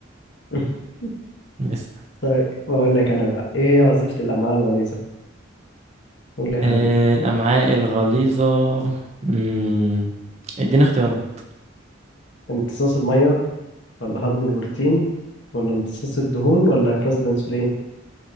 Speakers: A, on the left (about 60°); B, on the right (about 35°).
A: <laughs>
B: اسأل
A: طيب بقول لك أنا بقى ايه هي وظيفة الأمعاء الغليظة قول لي يا حبيبي
B: إيه الأمعاء الغليظة مم. اديني اختيارات
A: امتصاص المية ولا هضم البروتين ولا امتصاص الدهون ولا إفراز الأنسولين